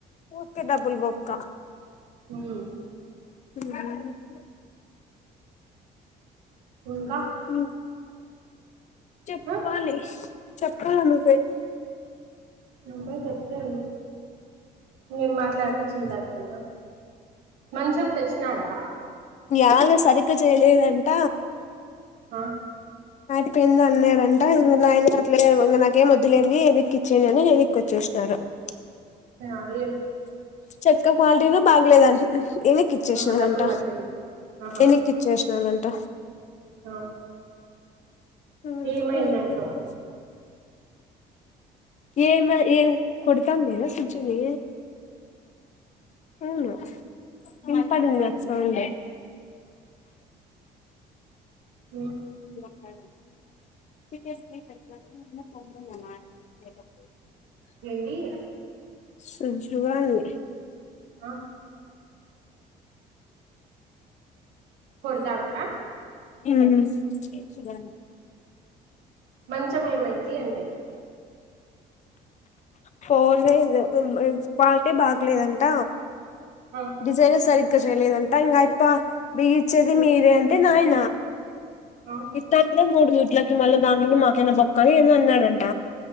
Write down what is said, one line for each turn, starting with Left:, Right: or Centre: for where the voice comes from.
Left: ఊర్కే డబ్బులు బొ క్క
Right: హ్మ్మ్
Left: మ్మ్ <unintelligible>
Right: ఇంకా
Left: మ్మ్ చెప్పాలి.
Right: ఆ
Left: చెప్ ప్పాలి నువ్వే
Right: నువ్వే చెప్పాలి ఏం మాట్లాడికుచ్చుంటారు ఫోన్ లో మంచం తెచ్చినారా
Left: యాల సరిగ్గా చేయలేదంట
Right: ఆ
Left: అయిప్పెందో అన్నాడంట ఇంగ <unintelligible> మాకేమి వద్దులెండి ఎనిక్కిచ్చేయ్ అని ఎనిక్కొచ్చేసినాడంట
Right: మీ నాన్న
Left: చెత్త క్వాలిటీను బాగలేదంట ఎనిక్కిచ్చేసినారంట
Right: ఆహా డబ్బులు కట్టింది ఆహా
Left: ఎనిక్కిచ్చేసినారంట
Right: ఆ
Left: <unintelligible>
Right: ఏమైనాదో
Left: ఏ మా ఏం కొడతాంది కదా సుజుని హలో వినపడిందా సౌండ్
Right: ఉమ్
Left: <unintelligible>
Right: ఏందీ
Left: సుజ్జువాని
Right: ఆ కొడతాందా
Left: <unintelligible> ఏడ్చిందా
Right: మంచం ఏమైంది అంటి
Left: ఫోన్ నీ దగ్గరి నుంచి క్వాలిటీ బాగ్ లేదంట
Right: ఆ
Left: డిజైనే సరిగ్గా చేయలేదంటా ఇంగ ఆయ్ప్ప మే ఎంది
Right: ఉమ్
Left: మీరేంటి నా ఎ
Right: ఆ
Left: ఇస్తాను కదా మూడు జూట్లకి మళ్ళీ దాం నుండి మాకేనా బొక్కని అని ఏందో అన్నాడంట.